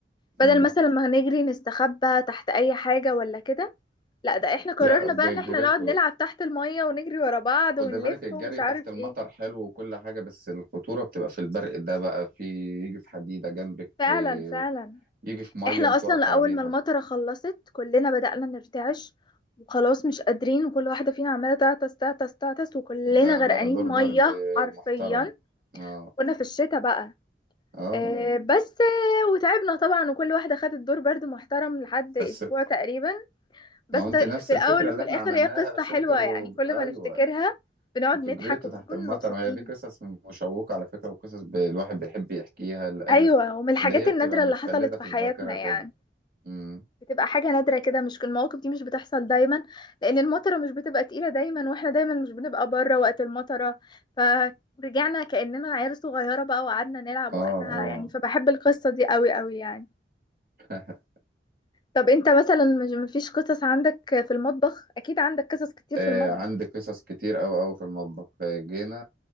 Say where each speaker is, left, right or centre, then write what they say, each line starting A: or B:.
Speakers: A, on the left (about 25°); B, on the right (about 60°).
A: بدل
B: امم
A: مثلا ما هنجري نستخبى تحت اي حاجة ولا كده لا ده احنا قررنا
B: لا بجريته
A: بقى ان احنا نقعد نلعب تحت المية ونجري ورا بعض ونلف
B: خد بالك الجري
A: ومش عارف
B: تحت المطر
A: ايه
B: حلو وكل حاجة بس الخطورة بتبقى في البرق ده بقى في يجي في حديدة جنبك
A: فعلا
B: إيه،
A: فعلا
B: يجي في مية
A: احنا
B: انت
A: اصلا
B: واقف
A: اول
B: عليها
A: ما المطرة خلصت كلنا بدأنا نرتعش وخلاص مش قادرين وكل واحدة فينا عمالة تعطس تعطس تعطس وكلنا
B: ده
A: غرقانين
B: ده دور
A: مية
B: برد
A: حرفيا
B: محترم اه
A: وكنا في الشتاء بقى
B: اه
A: آه، بس آه، وتعبنا طبعا وكل واحدة خدت دور برد محترم لحد اسبوع
B: بس
A: تقريبا بس
B: ما هو انت
A: في
B: نفس
A: الأول
B: الفكرة اللي
A: وفي
B: احنا
A: الآخر
B: عملناها
A: هي قصة
B: بس
A: حلوة
B: انتوا
A: يعني كل
B: ايوه
A: ما نفتكرها بنقعد
B: انتوا
A: نضحك
B: جريتوا
A: وبنكون
B: تحت المطر
A: مبسوطين
B: وهي دي قصص مشوقة على فكرة وقصص ب- الواحد بيحب يحكيها لأجل
A: أيوة ومن الحاجات
B: اللي هي
A: النادرة
B: بتبقى متخلدة
A: اللي حصلت في
B: في
A: حياتنا
B: الذاكرة
A: يعني
B: كده امم
A: بتبقى حاجة نادرة كده مش كل المواقف دي مش بتحصل دايما لأن المطرة مش بتبقى تقيلة دايما واحنا دايما مش بنبقى بره وقت المطرة فرجعنا كأننا عيال صغيرة بقى وقعدنا نلعب
B: اه
A: وقتها
B: اه
A: يعني فبحب القصة دي قوي قوي يعني
B: <laughs>
A: طب انت مثلا مش مفيش قصص عندك في المطبخ اكيد عندك قصص كتير
B: آه،
A: في المطبخ
B: عندي قصص كتير أوي أوي في المطبخ آه، جينا